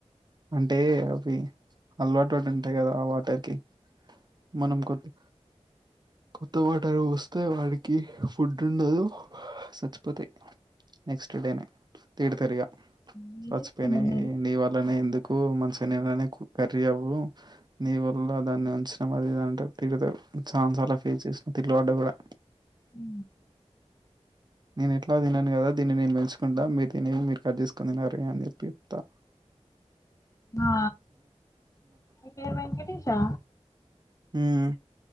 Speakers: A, on the right; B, on the left.
A: అంటే అవి అలవాటు పడి ఉంటాయి గదా ఆ వాటర్ కి మనం కొది కొత్త వాటర్ పోస్తే వాడికి ఫుడ్ ఉండదు సచ్చిపోతే నెక్స్ట్ డేనే తిడుతరిగా
B: ఏం
A: చచ్చిపోయినై
B: చేస్తున్నావ్ మరి
A: నీ వాళ్ళనే ఎందుకు మంచి ననే కర్రీ అవు నీ వల్ల దాన్ని ఉంచిన అదింటే తిడుతరు చాలాసార్లు అలా ఫేస్ చేసిన తిట్లువాడ్డ కూడా
B: ఉ
A: నేను ఎట్లా తిన్నాను కదా దీన్ని నేను పెంచుకుంటా మీరు తినేవి మీరు కట్ చేసుకుని తినారే అని చెప్పి త
B: ఆ మీరు వెంకటేశా
A: మ్మ్